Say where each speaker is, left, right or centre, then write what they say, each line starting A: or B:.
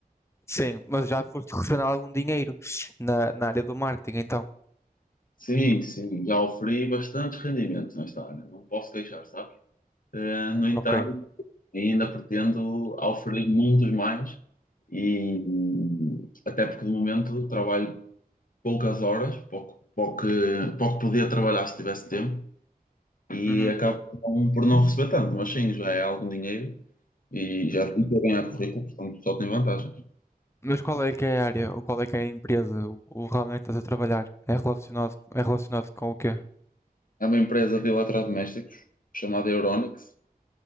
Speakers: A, on the left; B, on the left.
A: Sim, mas já foste receber algum dinheiro na, na área do marketing, então.
B: Sim, sim, já oferi bastantes rendimentos nesta área, não posso queixar, sabes? Eh, no entanto,
A: Ok.
B: ainda pretendo oferecer muitos mais e até porque de momento trabalho poucas horas, pouco, pouco, pouco podia trabalhar se tivesse tempo e
A: Uhum.
B: acabo por não por não receber tanto, mas sim, já é algum dinheiro e já estou bem a currículo, portanto só tem vantagens.
A: Mas qual é que é a área, ou qual é que é a empresa, o, o realmente estás a trabalhar? É relacionado, é relacionado com o quê?
B: É uma empresa de eletrodomésticos chamada Euronics.